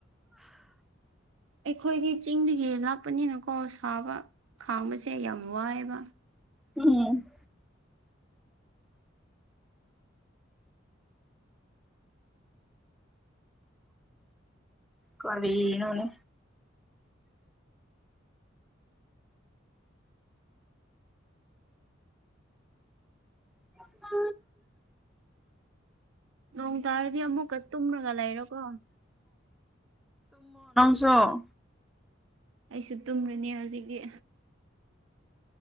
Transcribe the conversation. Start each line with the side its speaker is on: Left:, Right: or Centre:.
Right: ꯑꯩꯈꯣꯏꯗꯤ ꯆꯤꯡꯗꯒꯤ ꯂꯥꯛꯄꯅꯤꯅꯀꯣ ꯁꯥꯕ ꯈꯥꯡꯕꯁꯦ ꯌꯥꯝ ꯋꯥꯏꯑꯦꯕ
Centre: ꯎꯝ ꯀꯔꯤꯅꯣꯅꯦ ꯎ ꯐ
Right: ꯅꯣꯡ ꯇꯥꯔꯗꯤ ꯑꯃꯨꯛꯀ ꯇꯨꯝꯃꯒ ꯂꯩꯔꯣꯀꯣ
Centre: ꯁ
Right: ꯑꯩꯁꯨ ꯇꯨꯝꯃꯥꯅꯤ ꯍꯧꯖꯤꯛꯇꯤ